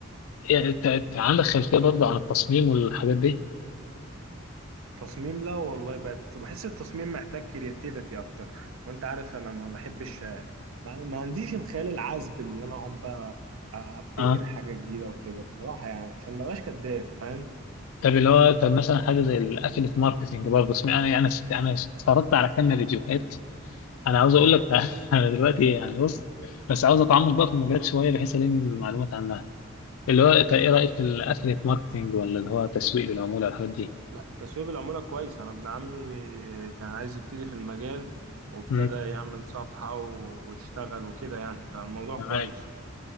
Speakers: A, on the left; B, on the right.
A: يعني انت أنت عندك خلفيه برضو عن التصميم والحاجات دي
B: تصميم لا والله بقت بحس التصميم محتاج كرياتيفيتي اكتر وانت عارف انا ما بحبش ما ما عنديش الخيال العذب اللي انا اقعد بقى ابتكر
A: اه
B: حاجه جديده وكده بصراحه يعني عشان ما بقاش كداب فاهم
A: طب اللي هو طب مثلا حاجه زي الافيليت ماركتنج برضه اسمع انا انا انا اتفرجت على كم فيديوهات انا عاوز اقول لك <laughs> انا دلوقتي يعني بص بس عاوز اتعمق بقى في المجالات شويه بحيث الم معلومات عنها اللي هو انت ايه رايك في الافيليت ماركتنج ولا اللي هو تسويق بالعموله والحاجات دي
B: لا التسويق بالعموله كويس انا ابن عمي كان عايز يبتدي في المجال وابتدى
A: امم
B: يعمل صفحه و- ويشتغل وكده يعني فالموضوع
A: تمام
B: كويس